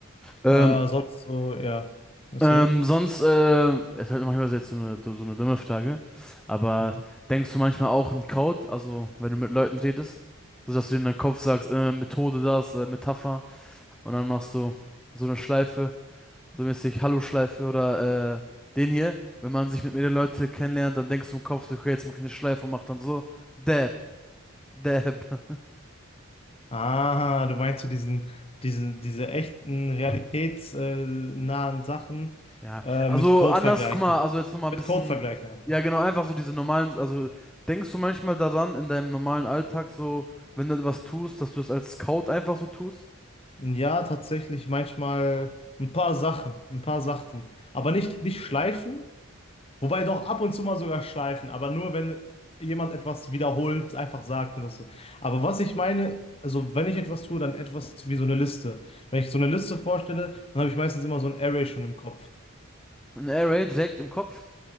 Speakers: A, in the centre; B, on the left.
A: Ähm,
B: Äh, sonst so, ja, erzähl.
A: ähm, sonst, äh, ist halt manchmal jetzt so eine, so eine dumme Frage, aber
B: Hm.
A: denkst du manchmal auch in Code, also wenn du mit Leuten redest, so dass du in deinem Kopf sagst, äh, Methode das, äh, Metapher und dann machst du so eine Schleife So mäßig Hallo-Schleife oder äh, den hier. Wenn man sich mit mehreren Leuten kennenlernt, dann denkst du im Kopf so, okay, jetzt mach ich eine Schleife und mach dann so, Dab, Dab. <laughs>
B: Ah, du meinst so diesen, diesen, diese echten, realitätsnahen Sachen
A: Ja,
B: äh,
A: also
B: mit Code
A: anders,
B: vergleichen.
A: guck mal, also jetzt nochmal
B: Mit
A: ein bisschen,
B: Code vergleichen einfach.
A: ja genau, einfach so diese normalen, also denkst du manchmal daran in deinem normalen Alltag so, wenn du etwas tust, dass du es als Scout einfach so tust?
B: Ja, tatsächlich manchmal ein paar Sachen, ein paar Sachen. Aber nicht, nicht schleifen, wobei doch ab und zu mal sogar schleifen, aber nur wenn jemand etwas wiederholt, einfach sagt und das so. Aber was ich meine, also wenn ich etwas tue, dann etwas wie so eine Liste. Wenn ich so eine Liste vorstelle, dann habe ich meistens immer so ein Array schon im Kopf.
A: Ein Air Raid direkt im Kopf?